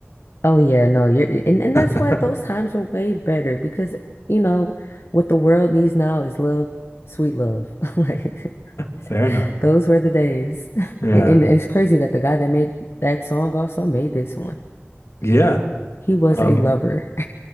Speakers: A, on the left; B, on the left.
A: Oh yeah, no, you're and, and that's
B: <laughs>
A: why those times are way better because you know what the world needs now is love, sweet love. <laughs> Like
B: Fair enough.
A: those were the days. <laughs>
B: Yeah.
A: And, and it's crazy that the guy that made that song also made this one.
B: Yeah.
A: He was
B: Um,
A: a lover. <laughs>